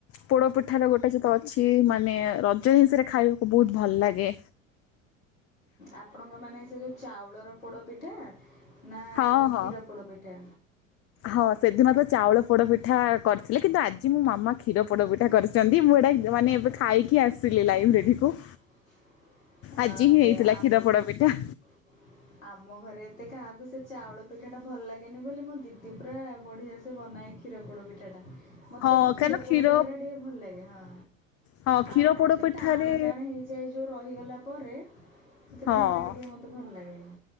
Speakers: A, on the left; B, on the left.
A: ପୋଡ ପିଠାର ଗୋଟେ ସେତ ଅଛି, ମାନେ ରଜ ହିଁ ରେ ଖାଇବାକୁ ବହୁତ ଭଲ ଲାଗେ।
B: ଆପଣଙ୍କମାନେ ସେ ଯେଉଁ ଚାଉଳର ପୋଡ଼ପିଠା ନା
A: ହଁ
B: ଏ ଯେଉଁ
A: ହଁ
B: କ୍ଷୀର ପୋଡ଼ପିଠା?
A: ହଁ ସେଦିନ ତ ଚାଉଳ ପୋଡ଼ପିଠା କରିଥିଲେ କିନ୍ତୁ ଆଜି ମୋ ମାମା କ୍ଷୀର ପୋଡ଼ପିଠା କରିି ଛନ୍ତି, ମୁଁ ଏଟା ମାନେ ଏବେ ଖାଇକି ଆସିଥିଲି ଲାଇବ୍ରେରୀ କୁ।
B: <unintelligible> ଆ
A: ଆଜି ହିଁ
B: ସେ
A: ହେଇଥିଲା
B: ଆମ୍
A: କ୍ଷୀରପୋଡା ପିଠା।
B: <unintelligible> ଆମ ଘରେ ଏତେ କାହାକୁ ସେ ଚାଉଳ ପିଠାଟା ଭଲ ଲାଗେନି ବୋଲି ମୋ ଦିଦି ପୁରା ବଢ଼ିଆ ସେ ବନାଇକି। କ୍ଷୀରପୋଡ଼ ପିଠାଟା ମୋତେ
A: ହଁ
B: ବି କ୍ଷୀରପୋଡ଼
A: କାରଣ କ୍ଷୀର
B: ପିଠାଟା ଟିକେ ଭଲ ଲାଗେ ହଁ।
A: ହଁ କ୍ଷୀର
B: ଆର ଟା
A: ପୋଡ଼
B: ଏତେ
A: ପିଠାରେ
B: ଟାଣ ଟାଣ ହେଇ ଯାଏ ଯୋଉ ରହିଗଲା ପରେ ସେଥିପାଇଁ
A: ହଁ
B: ସେଇଟା ଟିକେ ମୋତେ ଭଲ ଲାଗେନି।